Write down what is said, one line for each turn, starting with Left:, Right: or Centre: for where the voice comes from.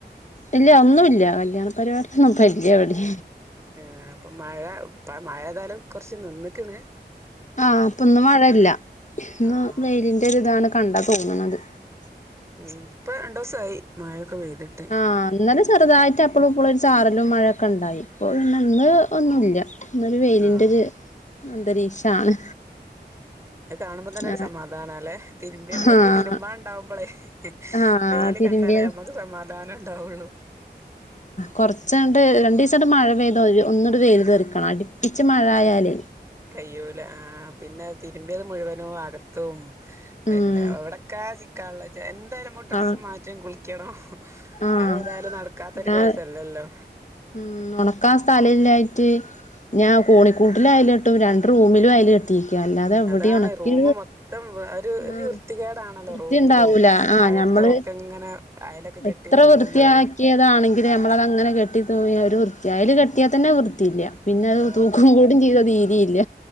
Left: ഇല്ല ഒന്നൂല്ല കല്ല്യാണ പരിപാട്യന്നുപ്പല്ല്യ എവിടിം.
Right: ആഹ് അപ്പൊ മഴ പ്പ മഴ ഏതായാലും കൊറച്ച് നിന്ന്ക്ക്ണ്.
Left: ആഹ് അപ്പൊന്ന് മഴല്ല ഇന്ന്
Right: ആഹ്
Left: വെയിലിന്റൊര്താണ് കണ്ടാ തോന്ന്ണത്.
Right: ഉം ഇപ്പൊ രണ്ടൂസായി മഴൊക്കെ പെയ്തിട്ട്.
Left: ആഹ് ഇന്നലെ ചെറുതായിട്ട് അപ്പളൂപ്പളോരു ചാറലും മഴൊക്കെണ്ടായി പ്പൊ പിന്നെ ഇന്ന് ഒന്നുല്ല. ഇന്നൊരു വെയിലിന്റൊരു
Right: ആഹ്
Left: അന്തരീക്ഷാണ്.
Right: അത് കാണുമ്പോ തന്നെ ഒരു
Left: ആഹ്
Right: സമാധാനാലെ തിരുമ്പി ഞമ്മള്ക്ക്
Left: ആഹ്
Right: തിരുമ്പാണ്ടാവുമ്പളേയ്
Left: ആഹ്
Right: വെയില്
Left: തിരുമ്പിയത്
Right: കണ്ടാലേ ഞമ്മക്ക് സമാധാനണ്ടാവുള്ളു.
Left: കുറച്ച്ണ്ട് രണ്ടു ദിവസണ്ട് മഴ പെയ്ത ഒന്ന്ണ്ട് വെയില് തെറിക്കണം അടിപ്പിച്ച് മഴ ആയാല്
Right: കയ്യൂല ആഹ് പിന്നത് തിരു മ്പ്യത് മുഴുവനൂ അകത്തും പിന്നെ
Left: ഉം
Right: എവിടക്കാ ക്കാള്ളാച്ച എന്തായാലും നമ്മക്ക് ഡ്രസ്സ്
Left: ആഹ്
Right: മാറ്റും കുളിക്ക ക്കണം
Left: ആഹ്
Right: അത് ഏതായാലും നടക്കാത്തൊരു
Left: ഞാൻ
Right: കേസല്ലല്ലോ.
Left: ഉം ഒണക്കാൻ സ്ഥലല്ലായിട്ട് ഞാൻ കോണിക്കൂട്ടിലയല് കെട്ടും രണ്ട് റൂമിലും അയല് കെട്ടു ട്ടീക്ക അല്ലാതെ എവിടെ
Right: അതാണ്
Left: ഒണക്കി
Right: റൂമ് മൊത്തം ഒരു ഒരു
Left: ം
Right: വൃത്തികേടാണല്ലോ
Left: വൃത്തിണ്ടാവൂല.
Right: റൂമിലും
Left: ആഹ്
Right: അകത്തും
Left: ഞമ്മള്
Right: ഒക്കെ ഇങ്ങനെ അയലൊക്കെ കെട്ടി
Left: എത്ര
Right: തൂക്കുമ്പളേ
Left: വൃത്തിയാക്കി ക്യതാണെങ്കിലും നമ്മളത്ങ്ങനെ കെട്ടി തൂകി ഒരു വൃത്തി അയല് കെട്ടിയാൽ തന്നെ വൃത്തില്ല. പിന്നെ അത്
Right: ആ
Left: തൂക്കു കൂടി ചീത തീരീല്ല.